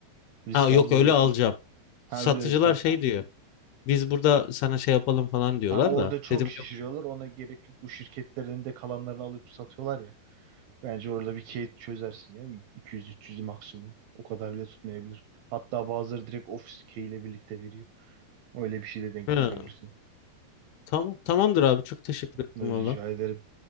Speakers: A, on the right; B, on the left.
A: Risk
B: Ha yok
A: almaya
B: öyle
A: gerek.
B: alacağım.
A: Ha
B: Satıcılar
A: öyle öyle tamam.
B: şey diyor. biz burada sana şey yapalım falan diyorlar
A: Ha orada
B: da.
A: çok
B: Dedim
A: şişiriyorlar.
B: yok.
A: Ona gerek yok. Bu şirketlerin de kalanlarını alıp satıyorlar ya. Bence orada bir key çözersin ya. 200-300 maksimum. O kadar bile tutmayabilir. Hatta bazıları direkt ofis key ile birlikte veriyor. Öyle bir şey de denk
B: "Ha,
A: getirebilirsin.
B: tamam tamamdır abi çok teşekkür ettim
A: Rica
B: valla.
A: ederim.